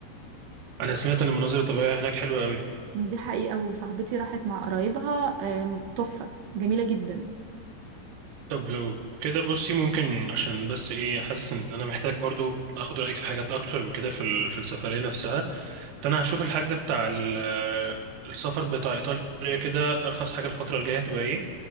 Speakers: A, on the right; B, on the right.
A: انا سمعت ان المناظر الطبيعية هناك حلوة قوي
B: دي حقيقة وصاحبتي راحت مع قرايبها آم، تحفة جميلة جدا
A: طب لو كده بصي ممكن عشان بس ايه حاسس ان انا محتاج برضو اخد رأيك في حاجات اكتر وكده في ال- في السفرية نفسها فانا هشوف الحجز بتاع ال- السفر بتاع ايطاليا كده ارخص حاجة الفترة الجاية هتبقى ايه